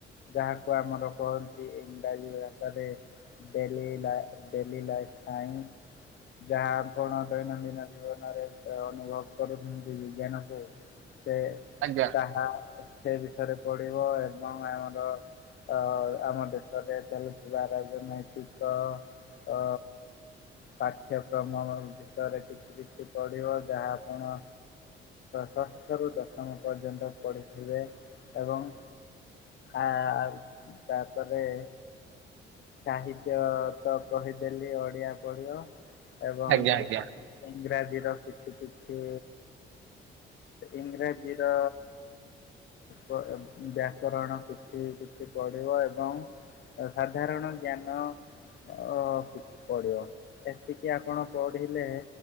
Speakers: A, on the left (about 65°); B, on the right (about 80°).
A: ଯାହାକୁ ଆମର କହନ୍ତି ଇଂରାଜୀ ଭାଷାରେ ଡେଲି ଲାଇ ଡେଲି ଲାଇ ସାଇନ୍ସ। ଯାହା ଆପଣ ଦୈନନ୍ଦିନ ଜୀବନରେ ଅନୁଭବ କରୁନ୍ତି ବିଜ୍ଞାନକୁ ସେ
B: ଆଜ୍ଞା
A: ତାହା ସେ ବିଷୟରେ ପଢିବ ଏବଂ ଆମର ଅ ଆମ ଦେଶରେ ଚାଲୁଥିବା ରାଜନୈତିକ ଅ ପାଠ୍ୟକ୍ରମ ବିଷୟରେ କିଛି କିଛି ପଢିବ ଯାହା ଆପଣ ଷଷ୍ଠରୁ ଦଶମ ପର୍ଯ୍ୟନ୍ତ ପଢ଼ିଥିବେ ଏବଂ ଆଉ ତାପରେ ସାହିତ୍ୟ ତ କହିଦେଲି ଓଡିଆ ପଢିବ ଏବଂ
B: ଆଜ୍ଞା ଆଜ୍ଞା
A: ଇଂରାଜୀର କିଛି କିଛି ଇଂରାଜୀର ବ୍ୟାକରଣ କିଛି କିଛି ପଡିବ ଏବଂ ସାଧାରଣ ଜ୍ଞାନ ଅ ପଢିବ ଏତିକି ଆପଣ ପଢିଲେ